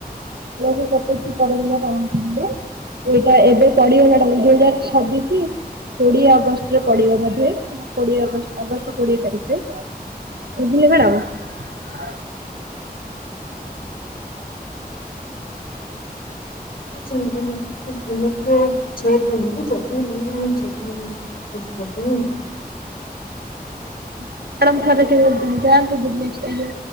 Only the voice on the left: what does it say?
ଅ <unintelligible> ହ ହୁଁ